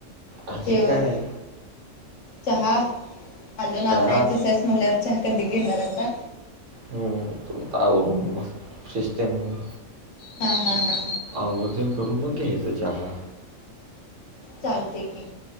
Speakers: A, on the right; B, on the left.
A: आणि
B: शेव,
A: काय
B: चहा? अजून आवरायचं
A: चहा
B: आहेस म्हणल्यावर, चहा कधी घेणारआता?
A: हुं हू आता आवरून मस्त फ्रेश होऊन.
B: हा हा हा
A: आंघोळ तीन करून बघ की, हित चहा.
B: चालतंय की.